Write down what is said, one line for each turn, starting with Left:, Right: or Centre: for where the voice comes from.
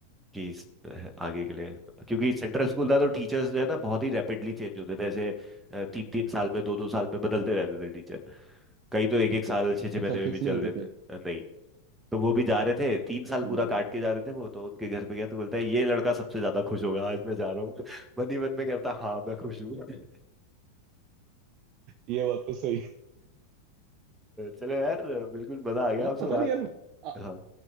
Centre: कि इस- आगे के लिए क्योंकि सेंट्रल स्कूल था तो टीचर्स जो है ना बहुत ही रैपिडली चेंज होते थे ऐसे तीन तीन साल में दो दो साल में बदलते रहते थे टीचर कई तो एक एक साल छः छः
Right: अच्छा
Centre: महीने में
Right: फिक्स
Centre: भी चल
Right: नहीं होते
Centre: देते
Right: थे
Centre: अ, नहीं तो वो भी जा रहे थे तीन साल पूरा
Right: हम्म
Centre: काट के जा रहे थे वो तो उनके घर पे गया तो बोलता है ये लड़का सबसे ज्यादा खुश होगा आज मैं जा रहा हूँ <laughs> मन ही मन में कहता हाँ मैं खुश हूँ <laughs>
Right: ये बात तो सही
Centre: चलो यार बिल्कुल मजा आ गया
Right: हाँ
Centre: आपसे
Right: पता
Centre: बात
Right: नहीं यार आ,
Centre: हाँ